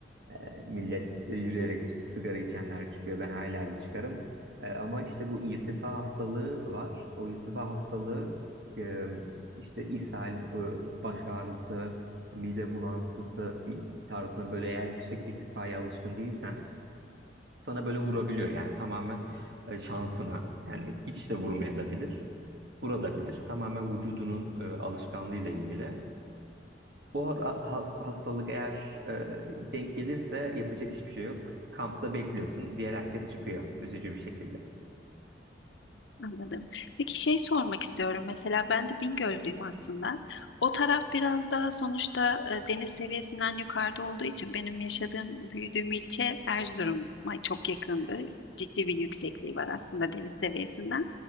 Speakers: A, on the right (about 65°); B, on the left (about 75°).
A: Ee, millet e, yürüyerek ç- sigara içenler çıkıyor. Ben hayli hayli çıkarım. Ee, ama işte bu irtifa hastalığı var. O irtifa hastalığı e, işte ishal, e, baş ağrısı, mide bulantısı bir tarzında böyle eğer yüksek irtifaya alışkın değilsen sana böyle vurabiliyor yani tamamen e, şansına yani hiç de vurmaya da bilir vurabilir tamamen vücudunun e, alışkanlığıyla ilgili. Bu ha- has- hastalık eğer e, denk gelirse yapacak hiçbir şey yok. Kampta bekliyorsun. Diğer herkes çıkıyor. Üzücü bir şekilde.
B: Anladım. Peki şey sormak istiyorum. Mesela ben de Bingöllüyüm aslında. O taraf biraz daha sonuçta e, deniz seviyesinden yukarıda olduğu için benim yaşadığım, büyüdüğüm ilçe Erzurum'a çok yakındı. Ciddi bir yüksekliği var aslında deniz seviyesinden.